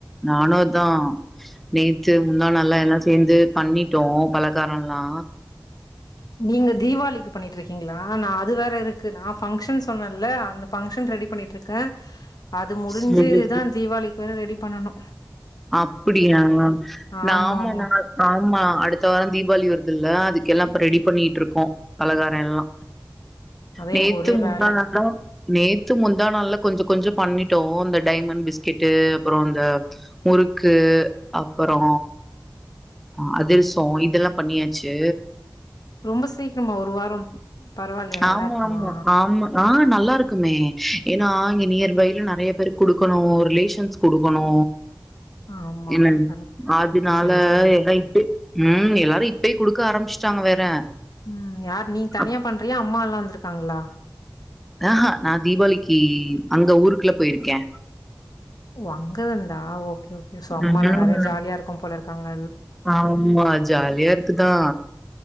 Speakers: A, in the centre; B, on the left.
A: நானு தா நேத்து முந்தா நாள்ல எல்லா சேந்து பண்ணிட்டோ பலக்காரல்லா
B: நீங்க தீவாளிக்கு பண்ணிட்ருக்கீங்களா நா அது வேற இருக்கு நா ஃபங்ஷன் சொன்னல்ல அந்த ஃபங்ஷன் ரெடி பண்ணிட்ருக்க அது முடிஞ்சுதா
A: சரி,
B: தீவாளிக்கு வேற ரெடி பண்ணணு
A: அப்பிடியா நாம
B: ஆமா ஆமா
A: ந ஆமா அடுத்த வாரோ தீபாவளி வருதுல்ல அதுக்கெல்லா இப்ப ரெடி பண்ணிட்டு இருக்கோ பலகாரோ எல்லா
B: அதா
A: நேத்து
B: எனக்கு ஒரே
A: முந்தாநாள்ல
B: வேல
A: நே து முந்தா நாள்ல கொஞ்சோ கொஞ்சோ பண்ணிடோ இந்த டைமண்ட் பிஸ்கெட்டு் அப்புறோ இந்த முறுக்கு அப்பறோ அ அதிரசோ இதெல்லா பண்ணியாச்சு
B: ரொம்போ சீக்கிரமா ஒரு வாரோ பரவாயில்லையா
A: ஆமா
B: நல்லா இருக்குமா
A: ஆமா ஆமா ஆஹ் நல்லாருக்குமே ஏனா இங்க நியர் பைல நறையா பேருக் குடுக்கணு ரிலேஷன்ஸ்க் குடுக்கணு
B: ஆமா
A: என்ன
B: கரெக்ட்
A: அதுனால
B: இப்ப செஞ்சாதா
A: எல்லா இப்போ ம் எல்லாரு இப்யு குடுக்க ஆரம்பிச் தாங்க வேற
B: ம் யார் நீ தனியா
A: அப்
B: பண் பிரியா அம்மா எல்லா வந்துருக்காங்களா
A: ஆஹா நா தீபாளிக்கு அந்த ஊருக்குள்ள போயிருக்கே
B: ஓ அங்கருந்தா ஓக் ஓகே சோ அம்மாலா
A: ம்.
B: நெறைய ஜாலிய இருக்கு போல காங்க
A: ஆமா ஜாலியா இருக்குதா